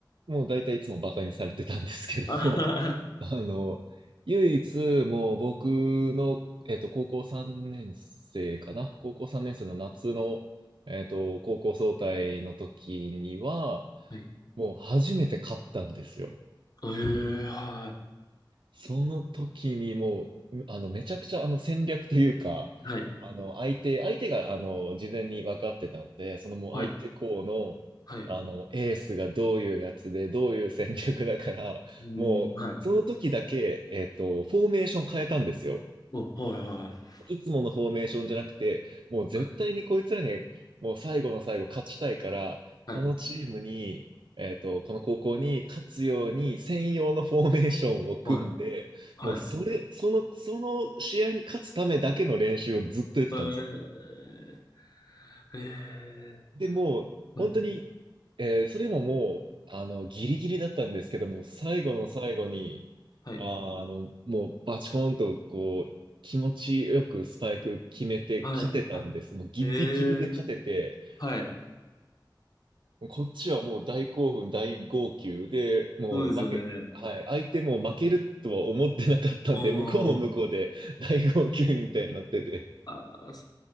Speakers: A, on the right; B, on the left.
A: もう大体いつもバカにされてたんですけども、
B: あはは
A: あの、唯一、もう僕の、えっと、高校3年生かな高校3年生の夏の、えっと、高校総体の時には、
B: はい。
A: もう初めて勝ったんですよ。
B: ええはい。
A: その時にもう、あの、めちゃくちゃあの戦略というか、
B: はい。
A: あの、相手、相手があの、事前に分かってたんで、そのもう相手校の、
B: はい。はい。
A: あの、エースがどういうやつで、どういう戦略だから、
B: うーん、
A: もう、
B: はい。
A: その時だけ、えっと、フォーメーション変えたんですよ。
B: お、はい、はい
A: いつものフォーメーションじゃなくて、もう絶対にこいつらに、
B: はい。
A: もう最後の最後勝ちたいから、このチームに、
B: はい。
A: えっと、この高校に勝つように専用のフォーメーションを組んで、
B: はい。はい。
A: もうそれ、その、その試合に勝つためだけの練習をずっとやってたんですよ。
B: ええええ
A: で、もう、
B: はい。
A: 本当に、えーそれでももう、あの、ギリギリだったんですけども、最後の最後に、
B: はい。
A: あー、あの、もう、バチコーンと、こう、気持ちよくスパイク決めて勝てたんです。
B: はい。は
A: もうギリギリで勝てて、
B: い。ええはい。
A: こっちはもう大興奮、大号泣で、もう負け、
B: そうですよね。
A: はい、相手も負けるとは思ってなかったんで、
B: うーん。
A: 向こうも向こうで大号泣みたいになってて、
B: ああ、そ